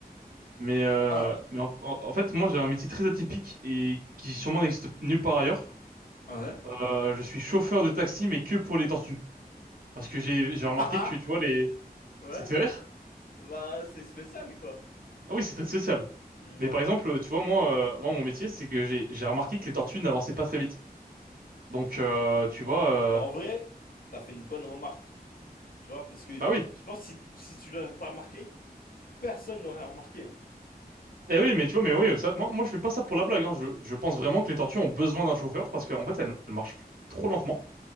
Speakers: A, on the right (about 65°); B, on the left (about 60°).
A: Mais, euh,
B: Ah,
A: mais en, en- en fait, moi, j'ai un métier très atypique et qui sûrement n'existe nulle part ailleurs.
B: ouais?
A: Euh, je suis chauffeur de taxi, mais que pour les tortues. Parce que j'ai, j'ai remarqué
B: Ah,
A: que, tu
B: ah,
A: vois, les...
B: <laughs> ouais?
A: Ça te fait rire?
B: Bah, c'est spécial, quoi.
A: Ah oui, c'est très social.
B: Mm,
A: Mais
B: Ouais.
A: par exemple, tu vois, moi, euh, moi, mon métier, c'est que j'ai, j'ai remarqué que les tortues n'avançaient pas très vite. Donc, euh, tu vois, euh,
B: Bah, en vrai, t'as fait une bonne remarque, tu vois, parce que
A: bah oui.
B: je pense que si, si tu l'aurais pas remarqué, personne l'aurait remarqué. hein.
A: Eh oui, mais tu vois, mais oui, ça, moi, moi, je fais pas ça pour la blague. Hein. Je, je pense vraiment que les tortues ont besoin d'un chauffeur parce qu'en fait, elles, elles marchent trop lentement